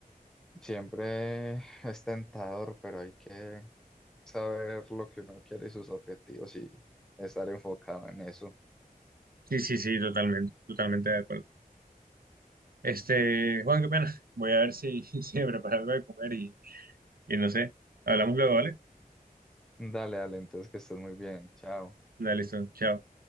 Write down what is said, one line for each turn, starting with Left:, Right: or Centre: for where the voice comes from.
Centre: Siempre es tentador, pero hay que saber lo que uno quiere y sus objetivos y estar enfocado en eso.
Right: Sí, sí, sí, totalmente, totalmente de acuerdo. Este, Juan, qué pena. Voy a ver si, <laughs> si me preparo algo de comer y... Y no sé, hablamos luego, ¿vale?
Centre: Dale, dale, entonces que estés muy bien. Chao.
Right: Dale, listo, chao.